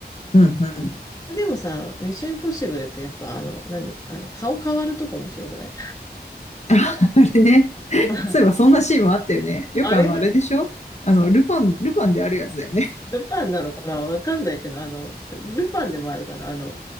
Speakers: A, on the left; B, on the left.
A: うん、うん。
B: でもさ、ミッションインポッシブルってやっぱあの、何あの、顔変わるとこ面白くない
A: <laughs> あ、あれね。
B: <laughs>
A: そういえばそんなシーンもあったよね。よくあの、
B: あれが
A: あれでしょあの、
B: さ、
A: ルパン、ルパンであるやつだよね。
B: ルパンなのかなわかんないけど、あの、ルパンでもあるかなあの、